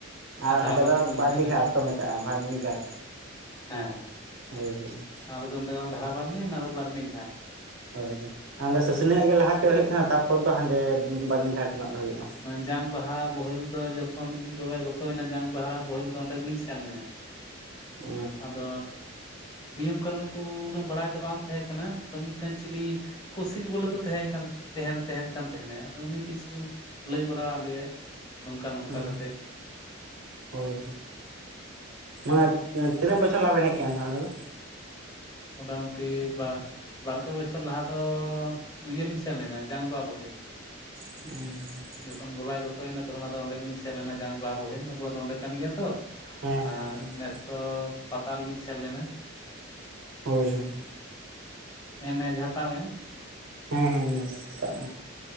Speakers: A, on the right (about 75°); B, on the left (about 20°).
A: ᱟᱨ
B: ᱫᱷᱟᱨᱟ
A: ᱦᱟᱸᱰᱮ
B: ᱵᱟᱨᱱᱤ
A: ᱫᱚ
B: ᱠᱚ
A: ᱵᱟᱹᱨᱱᱤᱜᱷᱟᱴ
B: ᱢᱮᱛᱟᱜ ᱠᱟᱱᱟ
A: ᱠᱚ ᱢᱮᱛᱟᱜᱼᱟ ᱵᱟᱹᱨᱱᱤᱜᱷᱟᱴ,
B: ᱦᱮᱸ
A: ᱦᱳᱭ ᱦᱳᱭ
B: ᱚᱱᱟ ᱫᱚᱠᱚ ᱢᱮᱛᱟᱜ ᱠᱟᱱᱟ ᱫᱷᱟᱨᱟ ᱵᱟ. ᱨᱱᱤ ᱚᱱᱟ ᱫᱚ ᱵᱟ. ᱨᱱᱤ ᱜᱷᱟᱴ
A: ᱦᱳᱭ ᱟᱞᱮ ᱥᱩᱥᱩᱱᱤᱭᱟᱹ ᱟᱜ ᱜᱮ ᱞᱟᱦᱟᱛᱮ ᱦᱳᱭᱳᱜ ᱛᱟᱦᱮᱸᱱᱟ ᱛᱟᱨᱯᱚᱨ ᱛᱚ ᱦᱟᱸᱰᱮ ᱵᱟᱹᱨᱱᱤᱜᱷᱟᱴ ᱨᱮᱱᱟᱜ ᱫᱚ ᱦᱩᱭᱩᱜᱼᱟ
B: ᱡᱟᱝ ᱵᱟᱦᱟ ᱵᱳᱦᱮᱞ ᱫᱚ ᱡᱚᱠᱷᱚᱱ ᱤᱧ ᱵᱟᱵᱟᱭ ᱜᱚᱛᱚᱭᱮᱱᱟ ᱡᱟᱝ ᱵᱟᱦᱟ ᱵᱳᱚᱦᱮᱞ ᱫᱚ ᱚᱸᱰᱮ ᱜᱮᱞᱤᱧ ᱥᱮᱱ ᱞᱮᱱᱟ᱾
A: ᱟᱪᱪᱷᱟ
B: ᱟᱫᱚ ᱱᱤᱭᱚᱢ ᱠᱟᱹᱱᱩᱱ ᱠᱚ ᱩᱱᱟᱹᱜ ᱵᱟᱲᱟᱭ ᱫᱚ ᱵᱟᱝ ᱛᱟᱦᱮᱸ ᱠᱟᱱᱟ ᱛᱚ ᱢᱤᱫᱴᱮᱱ ᱪᱤᱞᱤ ᱠᱩᱥᱤᱠ ᱵᱚᱞᱮ ᱠᱚ ᱛᱟᱦᱮᱸ ᱠᱟᱱ ᱛᱟᱦᱮᱱ ᱛᱟᱦᱮᱱ ᱠᱟᱱ ᱛᱟᱦᱮᱱᱟ ᱟᱫᱚ ᱩᱱᱤ ᱠᱤᱪᱷᱩ ᱞᱟᱹᱭ ᱵᱟᱲᱟ ᱣᱟᱫ ᱞᱮᱭᱟᱭ ᱱᱚᱝᱠᱟ ᱱᱚᱝᱠᱟ
A: ᱚᱸ
B: ᱠᱟᱛᱮᱜ
A: ᱦᱳᱭ ᱢᱟᱱᱮ ᱛᱤᱱᱟᱹᱜ ᱵᱚᱪᱷᱚᱨ ᱞᱟᱦᱟ ᱵᱮᱱ ᱦᱮᱡ ᱟᱠᱟᱱ ᱛᱟᱦᱮᱱᱟ ᱚᱸᱰᱮ ᱫᱚ?
B: ᱢᱚᱴᱟ ᱢᱩᱴᱤ ᱵᱟᱨ-ᱯᱮ ᱵᱚᱪᱷᱚᱨ ᱞᱟᱦᱟ ᱫᱚ ᱤᱭᱟᱹᱞᱤᱧ ᱥᱮᱱᱞᱮᱱᱟ ᱡᱟᱝ ᱵᱟᱦᱟ ᱵᱚᱦᱮᱞ,
A: <inaudible>
B: ᱡᱚᱠᱷᱚᱱ ᱵᱟᱵᱟᱭ ᱜᱚᱛᱚ ᱮᱱᱟ ᱛᱚᱠᱷᱚᱱ ᱟᱫᱚ ᱚᱸᱰᱮ ᱜᱮᱞᱤᱧ ᱥᱮᱱ ᱞᱮᱱᱟ ᱡᱟᱝ ᱵᱟᱦᱟ ᱵᱚᱦᱮᱞ, ᱟᱵᱚᱣᱟᱜ ᱫᱚ ᱚᱸᱰᱮ ᱠᱟᱱ ᱜᱮᱭᱟ ᱛᱚ।
A: ᱦᱮᱸ ᱦᱮᱸ
B: ᱟᱨ ᱱᱮᱥ ᱫᱚ ᱯᱟᱛᱟ ᱨᱮ ᱞᱤᱧ ᱥᱮᱱ ᱞᱮᱱᱟ।
A: ᱦᱳᱭ ᱦᱳᱭ।
B: ᱮᱱᱮ ᱡᱟᱸᱦᱟ ᱛᱟᱵ ᱮᱱ।
A: ᱦᱮᱸ ᱦᱮᱸ ᱱᱟᱥᱛᱟᱜ ᱢᱮ।